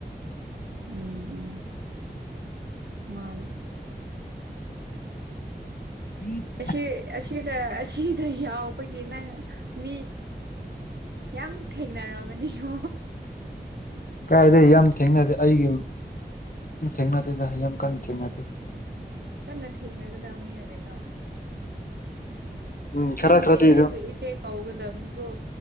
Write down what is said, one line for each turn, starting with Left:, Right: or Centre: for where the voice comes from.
Right: ꯎꯝ ꯎꯝ ꯃꯥꯅꯤ
Left: <inaudible>
Right: ꯑꯁꯤ ꯑꯁꯤꯗ ꯑꯁꯤꯗ ꯌꯥꯎꯕꯒꯤ ꯅꯪ ꯃꯤ ꯌꯥꯝ ꯊꯦꯡꯅꯔꯕꯅꯤꯉ
Left: ꯀꯥꯏꯗꯩ ꯌꯥꯝ ꯊꯦꯡꯅꯗꯦ ꯑꯩꯒꯤ ꯊꯦꯡꯅꯗꯦꯗ ꯌꯥꯝ ꯀꯟꯅ ꯊꯦꯡꯅꯗꯦ
Right: ꯀꯟꯅ ꯊꯦꯡꯅꯒꯗꯕꯅꯤ ꯀꯩꯅꯣ
Left: ꯎꯝ
Right: ꯅꯪꯗꯤ
Left: ꯈꯔ ꯈꯔꯗꯤ
Right: ꯑꯩꯕꯨ
Left: ꯑꯗꯨꯝ
Right: ꯏꯆꯦ ꯀꯥꯎꯒꯗꯝꯅꯤꯒꯣ